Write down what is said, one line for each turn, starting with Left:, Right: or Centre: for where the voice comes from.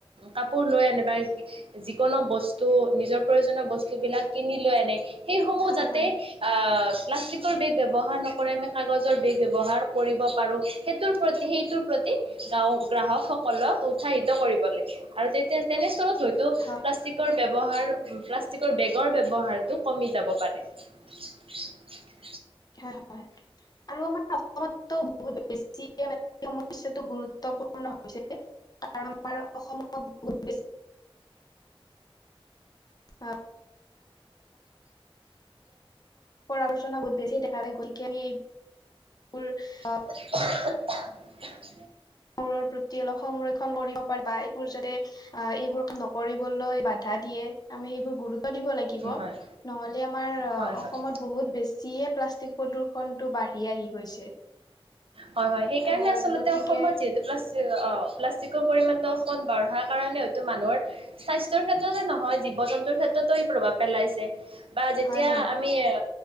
Right: কাপোৰ লৈ আনিবা যিকোনো বস্তু। ত নিজৰ প্ৰয়োজনীয় বস্তু বিলাক কিনি লৈ আনে সেইসমূহ
Left: হয়,
Right: যাতে
Left: হয়,
Right: অহ প্লাষ্টিকৰ বেগ ব্যৱহাৰ নকৰি আমি কাগজৰড বেগ ব্যৱহাৰ কৰিব পাৰো সেইটোৰ প্ৰতি আমি সেইটোৰ প্ৰতি গাঁও গ্ৰাহকসকলক উৎসাহিত কৰিব লাগে আৰু তেতিয়া তেনেস্থলত হয়তো
Left: হয়,
Right: প্লাষ্টিকৰ ব্যৱহাৰ, প্লাষ্টিকৰ বেগৰ ব্যৱহাৰটো কমি যাব পাৰে। <unintelligible>
Left: হয়-হয় আৰু আমাৰ অসমতো বহু বেছি মানে টো গুৰুত্বপূৰ্ণ হৈছে কাৰণ আমাৰ অসমত বহুত বেছি। <unintelligible> আবৰ্জনা বহুত বেছি দেখা গতিকে আমি এইবোৰ আ
Right: <unintelligible>
Left: ৰ প্ৰতি অলপ সংৰক্ষণ কৰিব পাৰ বা এইবোৰ যতে এইবোৰ ক নকৰি। বাধা দিয়ে আমি সেইবোৰ গুৰুত্ব গুৰুত্ব দিব লাগিব,
Right: হয়
Left: ধন হ'লে আমাৰ
Right: হয়
Left: অসমত
Right: হয়
Left: বহুত বেছিয়ে প্লাষ্টিক প্ৰদূৰষণটো বাঢ়ি আহি গৈছে।
Right: হয়, হয় সেই কাৰণে
Left: আহ
Right: আচলতে
Left: গতিকে
Right: অসমত যিহেতে প্লাষ্ট অ প্লাষ্টিকৰ পৰিমমানটো অকণ বঢ়া কাৰণে হয়তটো মানুহৰ স্বাস্থ্য ক্ষেত্ৰততে নহয়'। হয় জীৱ-জন্তুৰ ক্ষেত্ৰতো ই প্ৰভাৱ পেলাইছে। বা যেতিয়া
Left: হয়, হয়,
Right: আমি অ